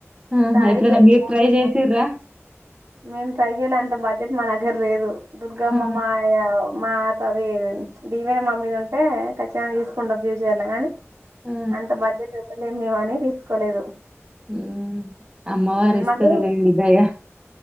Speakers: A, on the right (about 20°); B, on the right (about 70°).
A: ఆహా!
B: సారీకే
A: ఎప్పుడైనా మీరు
B: ఓన్లీ
A: ట్రై జేసిర్రా?
B: సారీ మేం ట్రై చేయలే అంత బ సి మా దగ్గర లేదు దుర్గమ్మ
A: ఆ!
B: మాయా మా త అది దీవేన మా మీద ఉంటే ఖచ్చితంగా తీసుకుంటాం ఫ్యూ చర్ ల కనీ
A: ఆ!
B: అంత బడ్జెట్ పెట్టలేం మేం అని తీసుకోలేదు
A: ఉమ్ అమ్మవారిస్తది
B: ఉమ్, మళ్ళీ
A: లేండి దయా